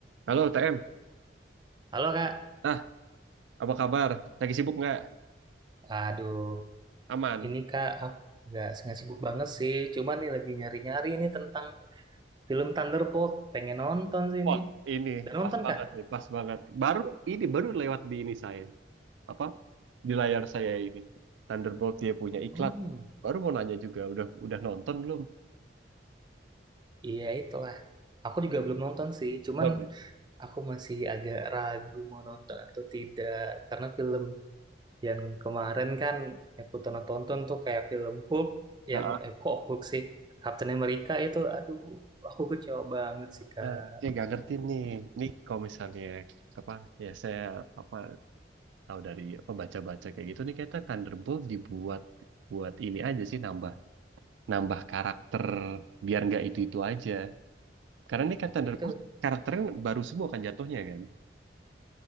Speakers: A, on the right; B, on the right.
A: Halo TM,
B: Halo Kak,
A: nah apa kabar? Lagi sibuk nggak?
B: aduh
A: Aman?
B: ini Kak aku nggak nggak sibuk banget sih, cuman nih lagi nyari-nyari ini tentang film Thunderbolt, pengen nonton sih ini.
A: Wah ini
B: Dan nonton
A: pas banget
B: Kak?
A: nih, pas banget. Baru ini baru lewat di ini saya apa di layar saya ini Thunderbolt dia punya iklan.
B: Hmm,
A: Baru mau nanya juga, udah udah nonton belum?
B: iya itulah. Aku juga belum nonton sih, cuman
A: Belum ya?
B: aku masih agak ragu mau nonton atau tidak karena film yang kemarin kan yang aku tonton-tonton tuh kayak film Hulk
A: Nah,
B: yang eh, kok Hulk sih Captain America itu, aduh aku kecewa banget sih Kak.
A: nah, saya nggak ngerti nih, nih kalau misalnya apa ya saya apa tahu dari apa baca-baca kayak gitu nih kayaknya Thunderbolt dibuat buat ini aja sih nambah nambah karakter biar nggak itu itu aja. Karena ini kan Thunderbolt
B: Gitu.
A: karakternya baru semua kan jatuhnya kan.